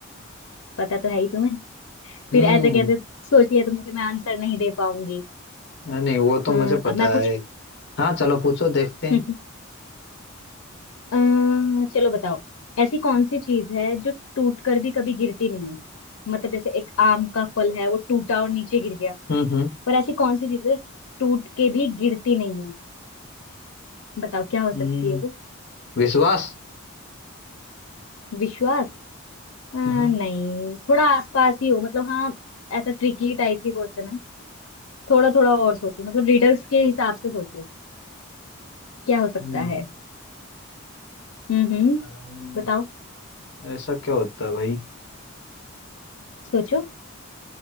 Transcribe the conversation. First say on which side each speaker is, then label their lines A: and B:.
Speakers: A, on the left; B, on the left.
A: पता तो है ही तुम्हें
B: हम्म
A: फिर ऐसे कैसे सोच लिया तुमने कि मैं आंसर नहीं दे पाऊंगी
B: अरे नहीं वो तो
A: अ,
B: मुझे पता
A: अब मैं पूछूं
B: है हाँ चलो पूछो देखते हैं
A: <laughs> अ, चलो बताओ ऐसी कौन सी चीज है जो टूट कर भी कभी गिरती नहीं है मतलब जैसे एक आम का फल है वो टूटा और नीचे गिर गया
B: हम्म हम्म
A: पर ऐसी कौन सी चीज है टूट के भी गिरती नहीं है बताओ क्या हो सकती
B: हम्म,
A: है वो
B: विश्वास
A: विश्वास अ, नहीं
B: हम्म
A: थोड़ा आसपास ही हो मतलब हाँ ऐसा ट्रिकी टाइप की क्वेश्चन है थोड़ा थोड़ा और सोचो मतलब रिडल्स के हिसाब से सोचो क्या हो सकता
B: हम्म,
A: है हम्म हम्म
B: अरे,
A: बताओ
B: ऐसा क्या होता है भाई
A: सोचो